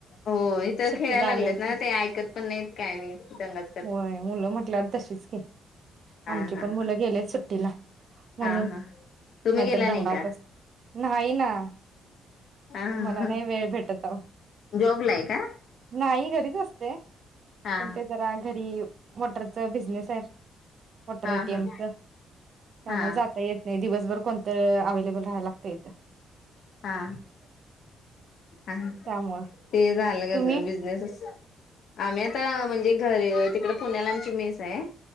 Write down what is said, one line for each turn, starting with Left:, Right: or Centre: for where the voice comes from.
Left: हो इथ
Right: सुट्टीला
Left: खेळायला
Right: आले
Left: लागलेत
Right: असते
Left: ना ते ऐकत पण नाहीत, काय नाही दंगा
Right: होय मुलं म्हटल्यावर तशीच की,
Left: हा
Right: आमची
Left: हा
Right: पण मुलं
Left: हा
Right: सुट्टीला म्हणून
Left: हा हा तुम्ही
Right: नाहीतर
Left: गेला
Right: दंगाच
Left: नाही का
Right: नाही ना
Left: हा
Right: मला
Left: हा
Right: नाही वेळ भेटत अवो
Left: जॉबला आहे का
Right: नाही घरी असते
Left: हा
Right: पण ते जरा मोटरचा बिजनेस आहे आमचा मोटार
Left: हा
Right: येतिमचा
Left: हा
Right: त्यामुळे
Left: हा
Right: जाता येत नाही दिवसभर कोणत अवे्लेबल राहाय लागत येत
Left: हा हा
Right: त्यामुळं
Left: ते झालं का
Right: तुम्ही
Left: बिजनेसच आम्ही आता म्हणजे घ तिकडे पुण्याला आमची मेस आहे